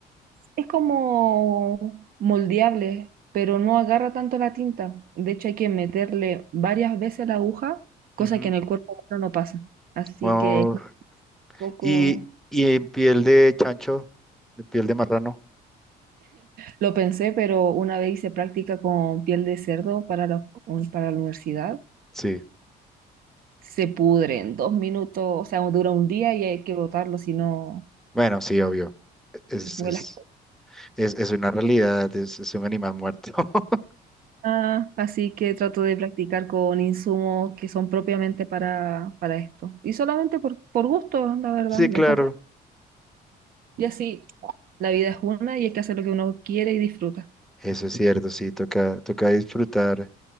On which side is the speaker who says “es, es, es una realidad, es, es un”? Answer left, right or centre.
Centre